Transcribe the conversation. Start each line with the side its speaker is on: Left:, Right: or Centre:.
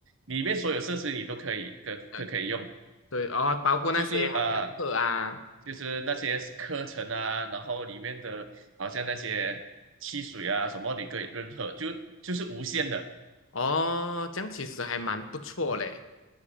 Right: 里面所有设施你都可以可可可以用，
Left: 呃，对哦，包括那些好像课啊，
Right: 就是呃，就是那些课程啊，然后里面的好像那些汽水啊什么，你可以任喝，就就是无限的。
Left: 哦，这样其实还蛮不错嘞。